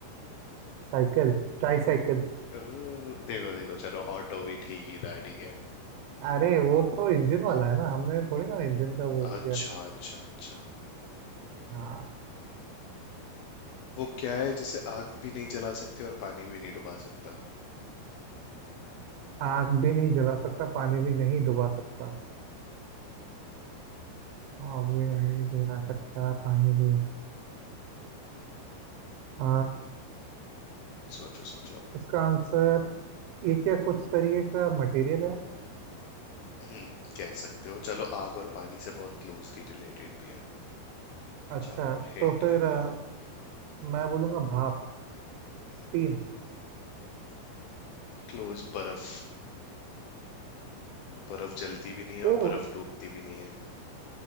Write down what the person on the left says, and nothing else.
अ, देखो देखो चलो ऑटो भी ठीक ही था ठीक है
अच्छा
अच्छा अच्छा
वो क्या है जिसे आग भी नहीं जला सकते और पानी भी नहीं डुबा सकता
सोचो सोचो
हम्म कह सकते हो चलो आग और पानी से बहुत क्लोजली रिलेटेड भी है
जाओ हिंट
भी
दिया
क्लोज बर्फ बर्फ जलती भी नहीं है
और बर्फ डूबती भी नहीं है